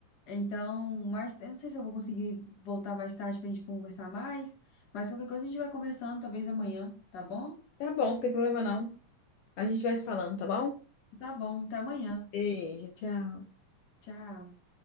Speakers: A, on the left; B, on the left.
A: Então, mais, eu não sei se eu vou conseguir voltar mais tarde para a gente conversar mais, mas qualquer coisa a gente vai conversando, talvez amanhã, tá bom?
B: Tá bom, não tem problema não. A gente vai se falando, tá bom?
A: Tá bom, até amanhã.
B: Beijo, tchau.
A: Tchau.